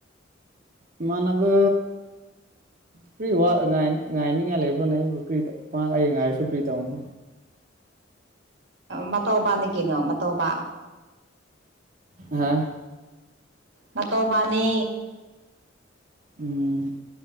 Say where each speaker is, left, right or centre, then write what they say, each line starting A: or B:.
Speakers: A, on the right (about 45°); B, on the right (about 80°).
A: ꯏꯃꯥꯟꯅꯕ ꯀ꯭ꯔꯤ ꯋꯥ ꯉꯥꯏꯉꯥꯏꯅꯤꯡꯉꯥꯏ ꯂꯩꯕ꯭ꯔꯣꯅꯦ ꯑꯩꯕꯨ ꯀ꯭ꯔꯤ ꯃꯥ ꯑꯩ ꯉꯥꯏꯔꯁꯨ ꯀ꯭ꯔꯤ ꯇꯧꯅꯤ
B: ꯃꯇꯣꯕꯅꯤ ꯀꯦꯅꯣ ꯃꯇꯣꯕ
A: ꯍꯥ
B: ꯃꯇꯧꯕꯥꯅꯤ
A: ꯎꯝ